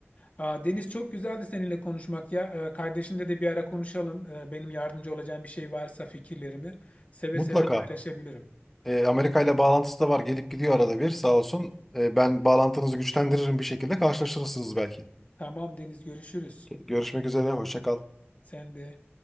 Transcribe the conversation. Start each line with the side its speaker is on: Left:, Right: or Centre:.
Left: Aa, Deniz çok güzeldi seninle konuşmak ya. Ee, kardeşimle de bir ara konuşalım. Ee, benim yardımcı olacağım bir şey varsa fikirlerimi seve
Centre: mutlaka.
Left: seve paylaşabilirim.
Centre: E, Amerika ile bağlantısı da var. Gelip gidiyor arada bir sağ olsun. E, ben bağlantınızı güçlendiririm bir şekilde. Karşılaşırsınız belki.
Left: Tamam Deniz görüşürüz.
Centre: Görüşmek üzere. Hoşça kal.
Left: Sen de.